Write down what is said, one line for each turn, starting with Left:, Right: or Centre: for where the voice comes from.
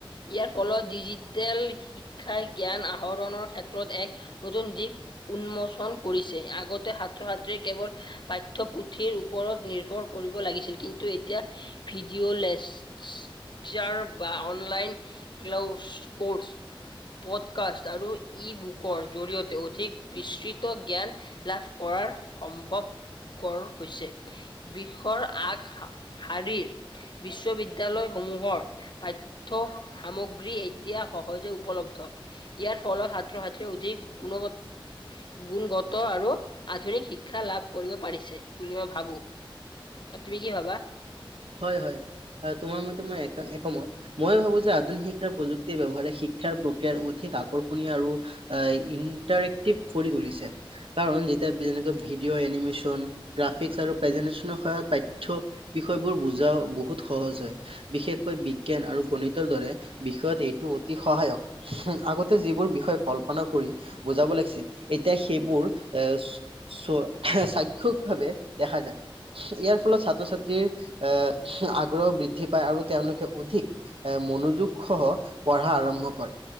Left: ইয়াৰ ফলত ডিজিটেল শিক শিক্ষাই জ্ঞান আহৰণৰ ক্ষেত্ৰত এক নতুন দিশ উন্মোচন কৰিছে। আগতে সাত্ৰ সাত্ৰীয়ে কেৱল পাঠ্য পুথিৰ ওপৰত নিৰ্ভৰ কৰিব লাগিছিল। কিন্তু এতিয়া ভিডিঅ'লেছ চিয়াৰ বা অনলাইন ক্লাউচ কৰ্চ পডকষ্ট আৰু ই বুকৰ জৰিয়তে অধিক বিস্তৃত জ্ঞান লাভ কৰাৰ সম্ভৱ কৰ হৈছে। বিষৰ আগ হা শাৰীৰ বিশ্ব বিদ্য বিদ্যালয়সমূহৰ পাঠ্য সামগ্ৰী এতিয়া সহজে উপলব্ধ। ইয়াৰ ফলত হাত্ৰ হাত্ৰীয়ে অধিক গুণগত গুণগত আৰু আধুনিক শিক্ষা লাভ কৰিব পাৰিছে, বুলি মই ভাবো। তুমি কি ভাবা?
Right: হয় হয় তোমাৰ মতে মই একা একমত। মই ভাবো যে আধুনিক শিক্ষাৰ প্ৰযুক্তিৰ ব্যৱহাৰে শিক্ষাৰ প্ৰক্ৰিয়াৰ অধিক আকৰ্ষণীয় আৰু এঁ ইনটাৰেক্টিপ কৰি তুলিছে কাৰণ যেতিয়া যেনেকৈ ভিডিঅ' এনিমেশচন গ্ৰাফিকছ আৰু প্ৰেজেন্টেচনৰ সহায়ত পাঠ্য বিষয়বোৰ বুজা বহুত সহজ হয়। বিশেষকৈ বিজ্ঞান আৰু গণিতৰ দৰে বিষয়ত এইটো অতি সহায়ক। আগতে যিবোৰ বিষয়ে কল্পনা কৰি বুজাব লাগিছিল, এতিয়া সেইবোৰ এ চ' সাক্ষক ভাৱে দেখা যায়। ইয়াৰ ফলত ছাত্ৰ ছাত্ৰী এ' আগ্ৰহ বৃদ্ধি পায় আৰু তেওঁলোকে অধিক এ মনোযোগ সহ পঢ়া আৰম্ভ কৰে।